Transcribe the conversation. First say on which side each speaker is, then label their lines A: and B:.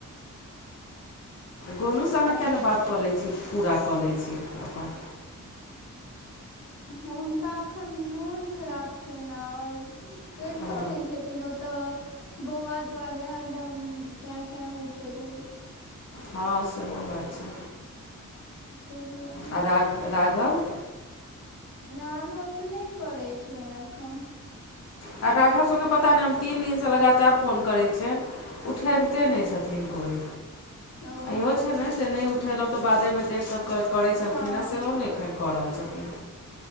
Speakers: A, on the left; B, on the left.
A: गोलूसँ अहाँ
B: आइ
A: किए
B: र
A: नहि बात कऽ लैत छी पूरा कऽ लैत छी अपन
B: हुनका एखन मोन खराब छैन चैलतो
A: ओ
B: नै छथिन ओतऽ बौआ दुआरे हरदम क्यं क्यं होते रहे छैय
A: हँ सेहो बात छै
B: ताहि दुआरे
A: आ राघव
B: राघव कऽ नै करै छियनि एखन
A: आ राघव सभके पता नहि हम तीन दिनसँ लगातार फोन करै छियनि उठाबते
B: हूँ
A: नै छथिन कोइ
B: ओ
A: इयो छै ने जे नहि उठेलों तऽ बादे में देख कऽ करै छलखिन
B: हँ
A: हे सेहो नहि एखन कऽ रहल छथिन